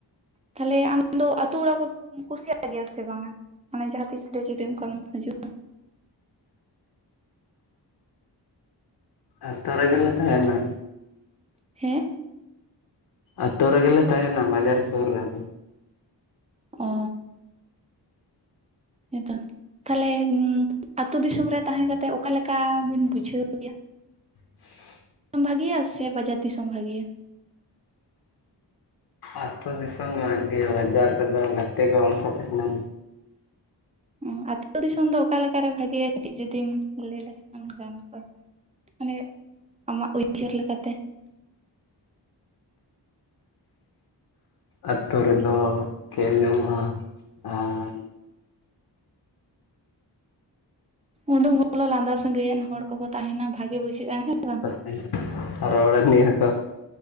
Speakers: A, on the right; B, on the left.
A: ᱛᱟᱞᱦᱮ ᱟᱢ ᱫᱚ ᱟᱹᱛᱩ ᱚᱲᱟᱜ ᱠᱚᱫᱚᱢ ᱠᱩᱥᱤᱭᱟᱜ ᱜᱮᱭᱟ ᱥᱮ ᱵᱟᱝᱟ? ᱢᱟᱱᱮ ᱡᱟᱦᱟᱸ ᱛᱤᱥ ᱨᱮ ᱡᱩᱫᱤ ᱚᱱᱠᱟᱢ ᱦᱤᱡᱩᱜᱼᱟ᱾
B: ᱟᱹᱛᱳ ᱨᱮᱜᱮ ᱞᱮ ᱛᱟᱦᱮᱱᱟ᱾
A: ᱦᱮᱸ?
B: ᱟᱹᱛᱳ ᱨᱮᱜᱮ ᱞᱮ ᱛᱟᱦᱮᱱᱟ, ᱵᱟᱡᱟᱨ ᱥᱩᱨ ᱨᱮᱜᱮ᱾
A: ᱚ᱾ ᱦᱮᱸ ᱛᱚ᱾ ᱛᱟᱦᱞᱮ ᱩᱸ ᱟᱹᱛᱩ ᱫᱤᱥᱚᱢ ᱨᱮ ᱛᱟᱦᱮᱸᱠᱟᱛᱮᱜ ᱚᱠᱟᱞᱮᱠᱟ ᱵᱤᱱ ᱵᱩᱡᱷᱟᱹᱣ ᱜᱮᱭᱟ?
B: <inaudible>
A: ᱵᱷᱟᱜᱮᱭᱟ ᱥᱮ ᱵᱟᱡᱟᱨ ᱫᱤᱥᱚᱢ ᱵᱷᱟᱜᱮᱭᱟ?
B: ᱟᱹᱛᱳ ᱫᱤᱥᱚᱢ ᱜᱮ ᱵᱷᱟᱜᱮᱭᱟ, ᱵᱟᱡᱟᱨ ᱨᱮᱫᱚ ᱜᱟᱛᱮ ᱠᱚ ᱵᱟᱝ ᱠᱚ ᱛᱟᱦᱮᱱᱟ᱾
A: ᱚ ᱟᱛᱳ ᱫᱤᱥᱚᱢ ᱫᱚ ᱚᱠᱟᱞᱮᱠᱟ ᱨᱮ ᱵᱷᱟᱜᱮᱤᱭᱟ ᱠᱟᱹᱴᱤᱡ ᱡᱩᱚᱫᱤᱢ ᱞᱟᱹᱭ ᱞᱮᱠᱷᱟᱱ ᱜᱟᱱ ᱠᱚᱜ-ᱟ᱾ ᱢᱟᱱᱮ ᱟᱢᱟᱜ ᱩᱭᱦᱟᱹᱨ ᱞᱮᱠᱟ ᱛᱮ᱾
B: ᱟᱹᱛᱳ ᱨᱮ ᱫᱚ ᱠᱷᱮᱞ ᱧᱟᱢᱚᱜ-ᱟ ᱟᱨ
A: ᱩᱰᱩᱠ ᱵᱚᱞᱚ ᱞᱟᱸᱫᱟ ᱥᱟᱹᱜᱟᱹᱭᱟᱱ ᱦᱚᱲ ᱠᱚᱠᱚ ᱛᱟᱦᱮᱱᱟ ᱵᱷᱟᱜᱮ ᱵᱩᱡᱷᱟᱹᱜᱼᱟ, ᱦᱮᱸ ᱵᱟᱝ?
B: <unintelligible> ᱨᱚᱲᱟᱢ ᱜᱮᱭᱟ ᱠᱚ᱾